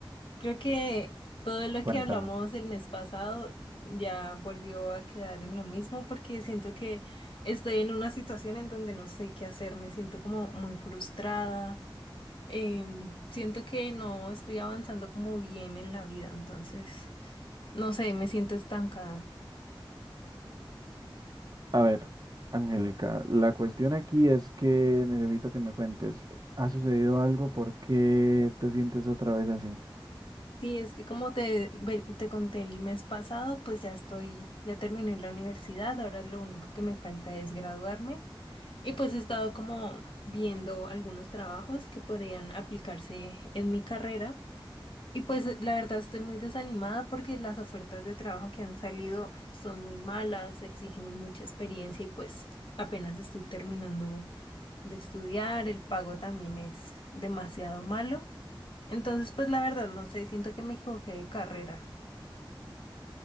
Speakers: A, on the left; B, on the right.
A: Creo que todo lo
B: Cuéntame.
A: que hablamos el mes pasado ya volvió a quedar en lo mismo porque siento que estoy en una situación en donde no sé qué hacer, me siento como muy frustrada, em, siento que no estoy avanzando como bien en la vida, entonces, no sé, me siento estancada.
B: A ver, Angélica, la cuestión aquí es que necesito que me cuentes. ¿Ha sucedido algo? ¿Por qué te sientes otra vez así?
A: Sí, es que como te, ve- te conté el mes pasado, pues ya estoy, ya terminé la universidad, ahora lo único que me falta es graduarme y pues he estado como viendo algunos trabajos que podrían aplicarse en mi carrera y pues la verdad estoy muy desanimada porque las ofertas de trabajo que han salido son muy malas, exigen mucha experiencia y pues apenas estoy terminando de estudiar, el pago también es demasiado malo. Entonces, pues la verdad, no sé, siento que me equivoqué de carrera.